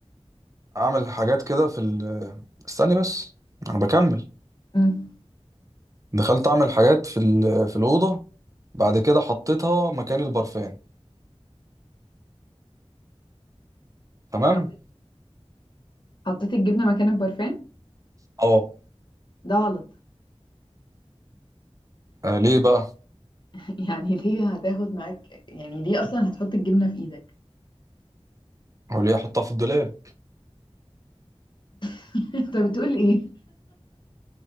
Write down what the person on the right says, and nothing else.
اعمل حاجات كده في ال... استني بس انا بكمل
دخلت اعمل حاجات في ال... في الأوضة بعد كده حطيتها مكان البرفان تمام
اه
آه، ليه بقى
هو ليه احطها في الدولاب